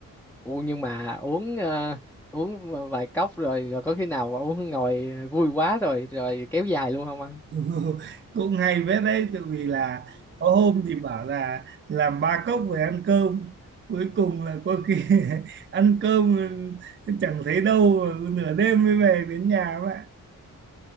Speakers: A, in the centre; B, on the right (about 35°).
A: Ủa, nhưng mà uống ờ, uống vài cốc rồi rồi có khi nào mà uống ngồi vui quá rồi rồi kéo dài luôn không anh?
B: <laughs> cũng hay phết đấy tự vì là có hôm thì bảo là làm ba cốc về ăn cơm cuối cùng là có khi <laughs> ăn cơm chẳng thấy đâu nửa đêm mới về đến nhà vậy